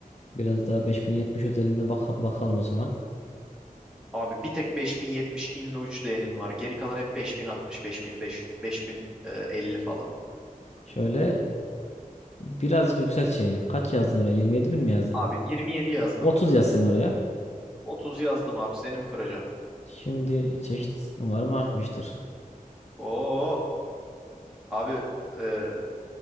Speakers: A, on the left; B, in the centre.
A: Biraz daha 5070 özelinde baka- bakalım o zaman.
B: Abi bir tek 5070 Inno 3D'nin var. Geri kalan hep 5060, 5005, 5050 falan.
A: Şöyle e, birazcık yükselt şeyini. Kaç yazdın oraya? 27 bin mi yazdın?
B: Abi 27 yazdım.
A: 30 yaz sen oraya.
B: 30 yazdım abi. Seni mi kıracağım?
A: Şimdi çeşit umarım artmıştır.
B: Oo abi e,